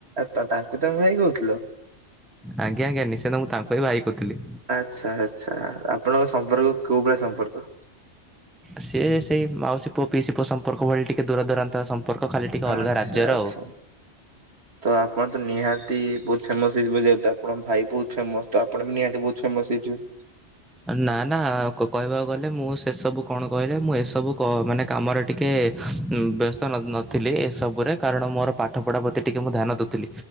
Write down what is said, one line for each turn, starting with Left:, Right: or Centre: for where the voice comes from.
Right: ତା-ତାଙ୍କୁ ତମ ଭାଇ କହୁଥିଲ।
Centre: ଆଜ୍ଞା ଆଜ୍ଞା ନିଶ୍ଚିତ ମୁଁ ତାଙ୍କୁ ପାଇଁ ଭାଇ କହୁଥିଲି।
Right: ଆଛା ଆଛା ଆପଣଙ୍କ ସମ୍ପର୍କ କୋଉ ଭଳିଆ ସମ୍ପର୍କ।
Centre: ସିଏ ସେଇ ମାଉସୀ ପୁଅ ପିଇସି ପୁଅ ସମ୍ପର୍କ ଭଳି ଟିକେ ଦୂରାଦୂରାନ୍ତ ସମ୍ ଖାଲି ଟିକେ ଅଲଗା
Right: ଆଚ୍ଛା
Centre: ରାଜ୍ୟର
Right: ଆଚ୍ଛା।
Centre: ଆଉ।
Right: ତ ଆପଣ ତ ନିହାତି ବହୁତ ଫେମସ ହେଇଯିବେ ଯେଉତୁ ଆପଣଙ୍କ ଭାଇ ବହୁତ ଫେମସ। ତ ଆପଣ ବି ନିହାତି ବହୁତ ଫେମସ ହେଇଥିବେ।
Centre: ନା ନା କ-କହିବାକୁ ଗଲେ ମୁଁ ସେସବୁ କଣ କହିଲେ ମୁଁ ଏସବୁ କ ମାନେ କାମରେ ଟିକିଏ ଉଁ ବ୍ୟସ୍ତ ନ-ନଥିଲି ଏସବୁରେ କାରଣ ମୋର ପାଠପଢ଼ା ପ୍ରତି ଟିକିଏ ମୁଁ ଧ୍ୟାନ ଦେଉଥିଲି।